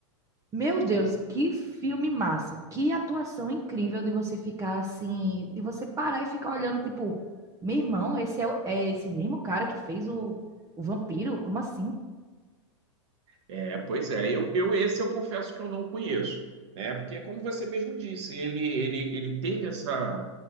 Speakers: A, on the right; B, on the right.
A: Meu Deus,
B: sim.
A: que filme massa. Que atuação incrível de você ficar assim, de você parar e ficar olhando, tipo, meu irmão, esse é, o- é esse mesmo cara que fez o, o vampiro? Como assim?
B: É, pois é, eu, eu esse eu confesso que eu não conheço, né? Porque como você mesmo disse, ele ele, ele teve essa